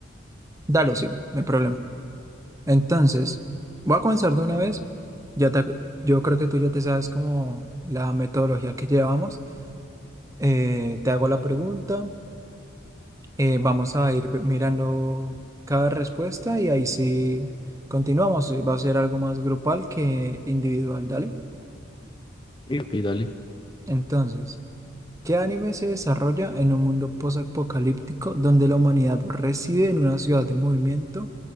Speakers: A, on the right; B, on the left.
A: Dale, sí, no hay problema. Entonces, voy a comenzar de una vez. Ya te- yo creo que tú ya te sabes como la metodología que llevamos. Eh, te hago la pregunta, Eh, vamos a ir mirando cada respuesta y ahí sí continuamos. Eh, Va a ser algo más grupal que individual, ¿dale?
B: Sí, ok, dale.
A: Entonces, ¿qué anime se desarrolla en un mundo posapocalíptico donde la humanidad reside en una ciudad de movimiento,